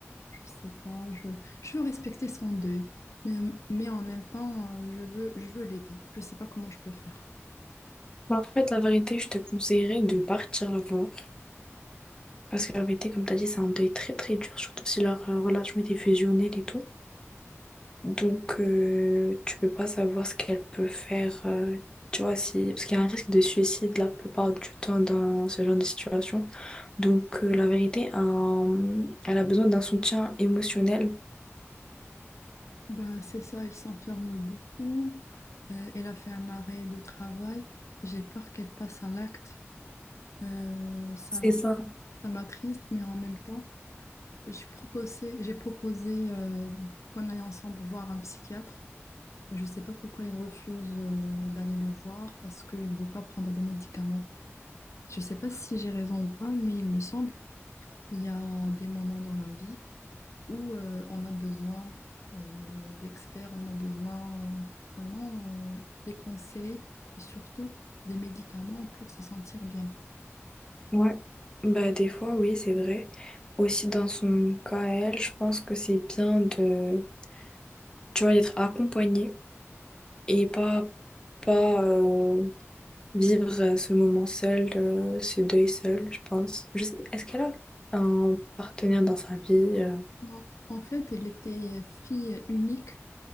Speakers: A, on the left; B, on the left.
A: je sais pas, je, je veux respecter son deuil, mais, mais en même temps, euh, je veux, je veux l'aider. Je sais pas comment je peux faire.
B: Bah, en fait, la vérité, je te conseillerais de partir la voir. Parce que la vérité, comme t'as dit, c'est un deuil très très dur, surtout si leur euh, relation était fusionnelle et tout. Donc, euh, tu peux pas savoir ce qu'elle peut faire, euh, tu vois, si... parce qu'il y a un risque de suicide la plupart du temps dans ce genre de situation. Donc, euh, la vérité, un- elle a besoin d'un soutien émotionnel.
A: Ben, c'est ça, elle s'enferme beaucoup, euh, elle a fait un arrêt de travail, j'ai peur qu'elle passe à l'acte. Euh, ça,
B: C'est ça.
A: ça m'attriste, mais en même temps, j'ai proposé, j'ai proposé euh, qu'on aille ensemble voir un psychiatre. Je sais pas pourquoi elle refuse euh, d'aller le voir parce qu'il veut pas prendre de médicaments. Je sais pas si j'ai raison ou pas, mais il me semble, il y a des moments dans la vie où euh, on a besoin euh, d'experts, on a besoin euh, vraiment euh, des conseils et surtout des médicaments pour se sentir bien.
B: Ouais. Bah, des fois, oui, c'est vrai. Aussi, dans son cas, à elle, je pense que c'est bien de, tu vois, d'être accompagnée et pas, pas euh, Vivre euh, ce moment seul, euh, ce deuil seul, je pense. Je sais, est-ce qu'elle a un partenaire dans sa vie? euh
A: Non. En fait, elle était fille unique.